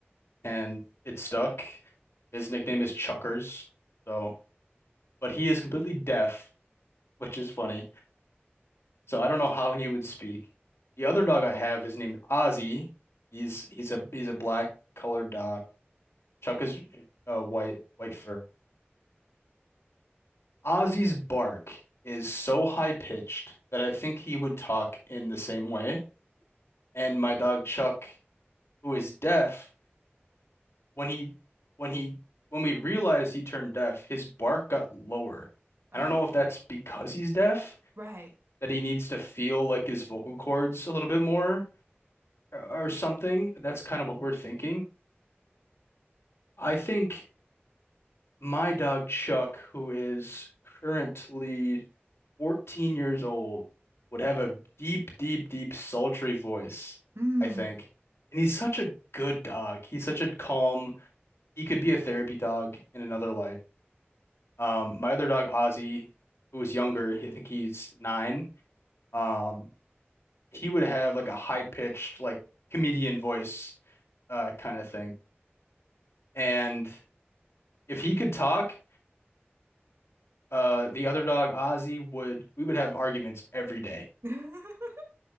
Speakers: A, on the left; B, on the right.
A: and it stuck. His nickname is Chuckers. So, but he is completely deaf, which is funny. So I don't know how he would speak. The other dog I have is named Ozzy. He's he's a he's a black colored dog. Chuck is uh, white, white fur. Ozzy's bark is so high pitched that I think he would talk in the same way. And my dog Chuck, who is deaf, when he when he when we realized he turned deaf, his bark got lower.
B: Oh,
A: I don't know if that's because he's deaf,
B: right.
A: that he needs to feel like his vocal cords a little bit more or or something. That's kind of what we're thinking. I think my dog Chuck, who is currently 14 years old, would have a deep, deep, deep, sultry voice,
B: Hmm.
A: I think. And he's such a good dog. He's such a calm, he could be a therapy dog in another life. Um, my other dog, Ozzy, who was younger, he I think he's nine. Um, he would have like a high-pitched, like comedian voice, uh, kind of thing. And if he could talk, uh the other dog Ozzy would we would have arguments every day.
B: <laughs>